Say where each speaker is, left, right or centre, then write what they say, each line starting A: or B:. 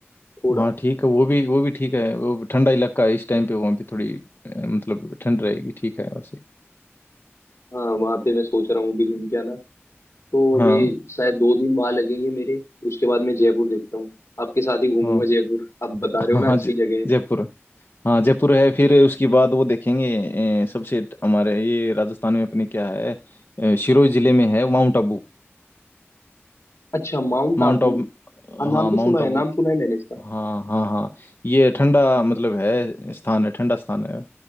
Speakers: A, on the left (about 85°); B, on the left (about 55°).
A: थोड़ा
B: हाँ ठीक है वो भी वो भी ठीक है वो ठंडा इलाका है इस टाइम पे वहाँ पे थोड़ी अ, मतलब ठंड रहेगी ठीक है वैसे
A: हाँ वहाँ पे मैं सोच रहा हूँ अभी घूम के आना तो
B: हाँ
A: अभी शायद दो दिन वहाँ लगेंगे मेरे उसके बाद मैं जयपुर देखता हूँ आपके साथ ही घूमूंगा
B: हाँ
A: जयपुर आप बता
B: हाँ
A: रहे हो ना
B: हाँ
A: अच्छी
B: जय-
A: जगह है
B: जयपुर हाँ जयपुर है फिर उसके बाद वो देखेंगे अ, सबसे ट- हमारे ये राजस्थान में अपने क्या है अ, सिरोही जिले में है माउंट आबू
A: अच्छा माउंट
B: माउंट
A: आबू
B: आबू
A: हाँ नाम
B: हाँ
A: तो
B: माउंट
A: सुना
B: आबू
A: है नाम सुना है मैंने इसका
B: हाँ हाँ हाँ ये ठंडा मतलब है स्थान है ठंडा स्थान है